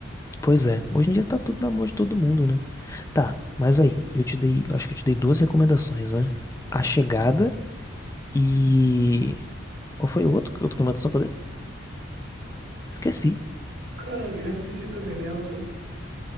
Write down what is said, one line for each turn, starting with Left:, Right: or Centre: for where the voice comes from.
Left: Pois é, hoje em dia tá tudo na mão de todo mundo, né? Tá, mas aí, eu te dei, acho que eu te dei duas recomendações, né? A Chegada e. Qual foi o outro, outra recomendação que eu dei? Esqueci.
Right: Cara, eu já esqueci também, né? Não tem.